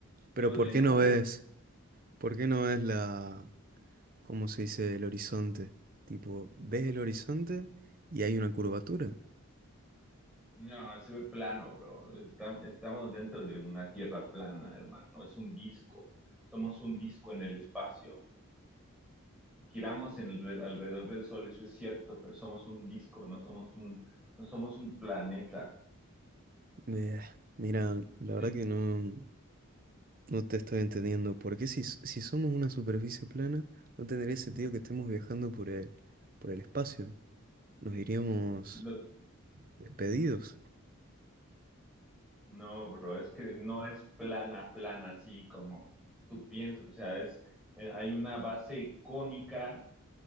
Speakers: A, on the right (about 40°); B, in the centre.
A: pero
B: digo,
A: ¿por
B: de
A: qué
B: nubes
A: no ves? ¿Por qué no ves la, ¿cómo se dice? El horizonte. Tipo, ves el horizonte y hay una curvatura.
B: No, se ve plano, bro. Está- estamos dentro de una tierra plana, hermano. Es un disco. Somos un disco en el espacio. Giramos en el re- alrededor del Sol, eso es cierto, pero somos un disco, no somos un, no somos un planeta.
A: Eh, mira, la verdad
B: Sí,
A: que no, no te estoy entendiendo. ¿Por qué si, s- si somos una superficie plana, no tendría sentido que estemos viajando por el, por el espacio? Nos iríamos
B: lo-
A: despedidos.
B: no, bro, es que no es plana, plana, así como tú piensas. O sea, es, eh, hay una base cónica